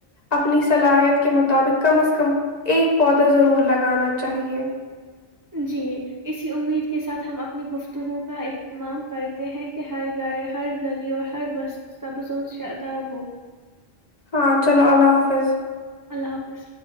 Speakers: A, on the left; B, on the right.
A: اپنی صلاحیت کے مطابق کم از کم ایک پودا ضرور لگانا چاہیے
B: جی اسی امید کے ساتھ ہم اپنی گفتگو کا اہتمام کرتے ہیں کہ ہر گھر ہر گلی اور ہر بس تبز و شداب ہو
A: ہاں چلو اللہ حافظ
B: اللہ حافظ